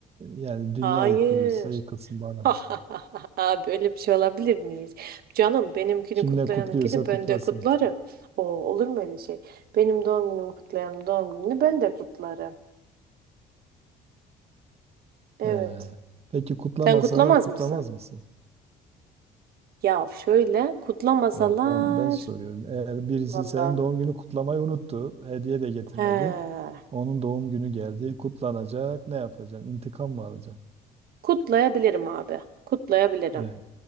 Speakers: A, on the right; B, on the right.
A: yani dünya
B: hayır.
A: yakılıyorsa yakılsın bana
B: <laughs>
A: ne.
B: Abi öyle bir şey olabilir miyiz? Canım benimkini
A: Kim
B: kutlayanınkini
A: ne kutluyorsa
B: ben
A: kutlasın.
B: de kutlarım. O olur mu öyle şey? Benim doğum günümü kutlayanın doğum gününü ben de kutlarım. Evet.
A: Ee, peki kutlamasalar
B: Sen kutlamaz
A: kutlamaz
B: mısın?
A: mısın?
B: Ya şöyle kutlamasalar
A: Ya ben ben soruyorum. Eğer birisi
B: Vallahi
A: senin doğum günü kutlamayı unuttu, hediye de getirmedi.
B: He.
A: Onun doğum günü geldi, kutlanacak. Ne yapacaksın? İntikam mı alacaksın?
B: Kutlayabilirim abi. Kutlayabilirim.
A: Evet.